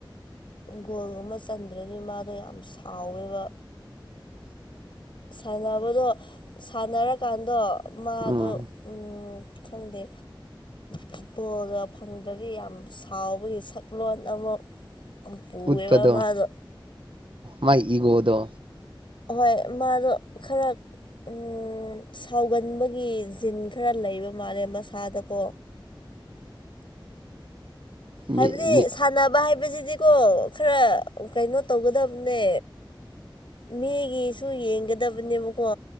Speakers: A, on the left; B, on the right.
A: ꯒꯣꯜꯒꯨꯝꯕ ꯆꯟꯗ꯭ꯔꯅꯤ ꯃꯥꯗꯣ ꯌꯥꯝ ꯁꯥꯎꯋꯦꯕ ꯁꯥꯟꯅꯕꯗꯣ ꯁꯥꯟꯅꯔꯀꯥꯟꯗꯣ ꯃꯥꯗꯣ
B: ꯎꯝ
A: ꯎ ꯈꯪꯗꯦ ꯐꯨꯠꯕꯣꯜꯒ ꯐꯪꯗ꯭ꯔꯗꯤ ꯌꯥꯝ ꯁꯥꯎꯕꯒꯤ ꯁꯛꯂꯣꯟ ꯑꯃ ꯄꯨꯑꯦꯕ
B: ꯎꯠꯄꯗꯣ
A: ꯃꯥꯗꯣ
B: ꯃꯥꯏ ꯏꯒꯗꯣ
A: ꯍꯣꯏ ꯃꯥꯗꯣ ꯈꯔ ꯎꯝ ꯁꯥꯎꯒꯟꯕꯒꯤ ꯖꯤꯟ ꯈꯔ ꯂꯩꯕ ꯃꯥꯜꯂꯦꯁ ꯏꯁꯥꯗꯀꯣ ꯍꯥꯏꯕꯗꯤ
B: ꯃꯤ ꯃꯤ
A: ꯁꯥꯟꯅꯕ ꯍꯥꯏꯕꯁꯤꯗꯤ ꯑꯗꯨꯗꯤꯀꯣ ꯈꯔ ꯀꯩꯅꯣ ꯇꯧꯒꯗꯕꯅꯦ ꯃꯤꯒꯤꯁꯨ ꯌꯦꯡꯒꯗꯕꯅꯦꯕꯀꯣ